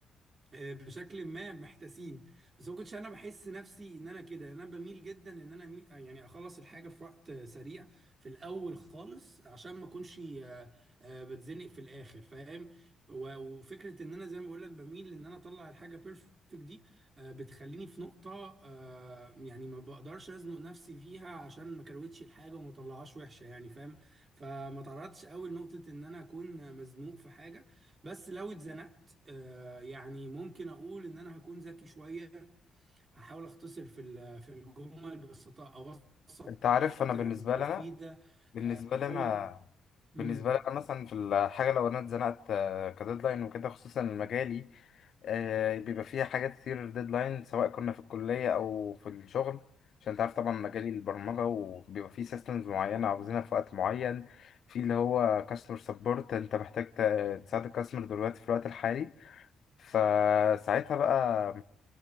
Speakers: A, on the right (about 40°); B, on the left (about 60°).
A: آه، بشكل ما محتاسين بس ما كنتش انا بحس نفسي ان انا كده انا بميل جدا ان انا مي- يعني اخلص الحاجه في وقت سريع في الاول خالص عشان ما اكونش آه، آه، بتزنق في الاخر فاهم و- وفكره ان انا زي ما بقول لك بميل ان انا اطلع الحاجه بيرفكت دي آه، بتخليني في نقطه آه، يعني ما بقدرش ازنق نفسي فيها عشان ما كروتش الحاجه وما طلعهاش وحشه يعني فاهم فما تعرضتش قوي لنقطه ان انا اكون مزنوق في حاجه بس لو اتزنقت آه، يعني ممكن اقول ان انا هكون ذكي شويه هحاول اختصر في ال- في الجمل بس أط- اوثق
B: انت
A: حاجات
B: عارف انا بالنسبة
A: آه،
B: لنا
A: مفيده
B: بالنسبة
A: آه،
B: لي
A: احاول
B: أنا
A: امم
B: بالنسبة لي أنا مثلا في الحاجة لو أنا اتزنقت آه، كديدلاين وكده خصوصا مجالي آه، بيبقى فيها حاجات كتير ديدلاين سواء كنا في الكلية أو في الشغل عشان أنت عارف طبعا مجالي البرمجة وبيبقى فيه سيستمز معينة عاوزينها في وقت معين في اللي هو كاستمر سبورت أنت محتاج ت- تساعد الكاستمر دلوقتي في الوقت الحالي فساعتها بقى